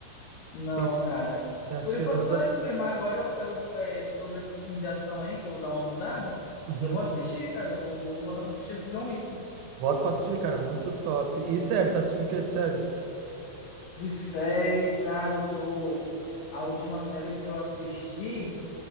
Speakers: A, on the left; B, on the right.
A: não,
B: Tem, assi-
A: cara.
B: tem assistido
A: Por enquanto
B: outra
A: só
B: coisa?
A: esses mesmo, mas agora eu, eu eh, sobre esse filme de ação aí, que eu vou dar uma mudada,
B: Uhum.
A: eu vou assistir, cara, eu vou, vou botar pra assistir esse John Wick.
B: Bota pra assistir, cara, muito top. E sério, tá assistindo o que de série?
A: De série, cara, eu tô... A última série que eu assisti...